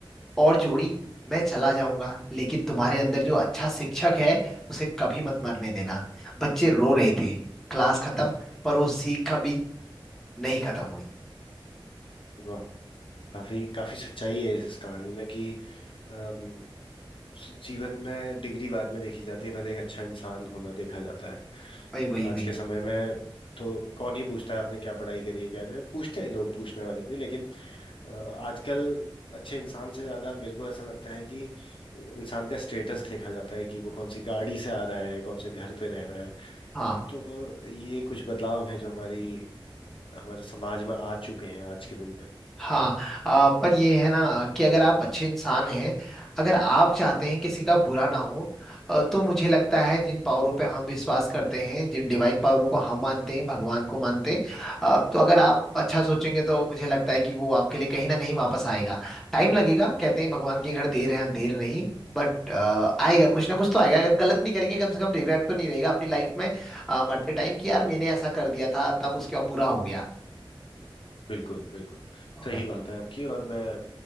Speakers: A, in the centre; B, on the left (about 70°).
A: और जोड़ी मैं चला जाऊंगा लेकिन तुम्हारे अंदर जो अच्छा शिक्षक है उसे कभी मत मरने देना बच्चे रो रहे थे क्लास खत्म पर वो सीख कभी नहीं खत्म हुई
B: वाह काफी काफी सच्चाई है इस, इस कहानी में कि अम, जीवन में डिग्री बाद में देखी जाती है पहले एक अच्छा इंसान होना देखा जाता है
A: वही वही वही
B: आज के समय में तो कौन ही पूछता है आपने क्या पढ़ाई करी है क्या नहीं पूछते हैं लोग पूछने वाले भी लेकिन अ, आजकल अच्छे इंसान से ज्यादा मेरे को ऐसा लगता है कि इंसान का स्टेटस देखा जाता है कि वो कौन सी गाड़ी से आ रहा है कौन से घर पे रह रहा है
A: हाँ
B: तो ये कुछ बदलाव हैं जो हमारी हमारे समाज में आ चुके हैं आज के दिन में
A: हाँ आ, पर ये है ना कि अगर आप अच्छे इंसान हैं अगर आप चाहते हैं किसी का बुरा ना हो अ, तो मुझे लगता है जिन पावरों पे हम विश्वास करते हैं जिन डिवाइन पावरों को हम मानते हैं भगवान को मानते हैं अ, तो अगर आप अच्छा सोचेंगे तो मुझे लगता है कि वो आपके लिए कहीं ना कहीं वापस आएगा टाइम लगेगा कहते हैं भगवान के घर देर है अंधेर नहीं बट आएगा कुछ ना कुछ तो आएगा अगर गलत नहीं करेंगे कम से कम रिग्रेट तो नहीं रहेगा अपनी लाइफ में अ, मरते टाइम कि यार मैंने ऐसा कर दिया था तब उसके बाद बुरा हो गया
B: बिल्कुल बिल्कुल
A: ओ
B: सही
A: भाई
B: बात है आपकी और मैं